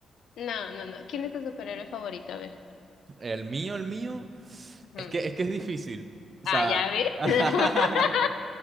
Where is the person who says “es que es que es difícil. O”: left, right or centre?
Right